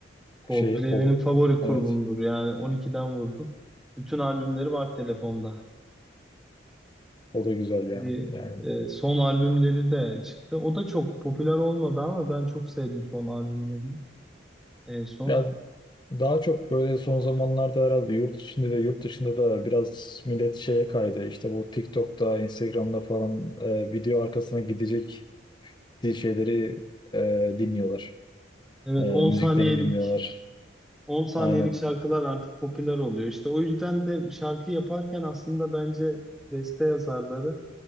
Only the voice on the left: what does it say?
Şeyi Cold.
Evet.
O da güzel yani.
Yani
Ya daha çok böyle son zamanlarda herhalde yurt içinde de yurt dışında da biraz millet şeye kaydı. İşte bu TikTok'ta, Instagram'da falan e, video arkasına gidecek şeyleri e, dinliyorlar.
E, müziklerini
dinliyorlar.
Aynen.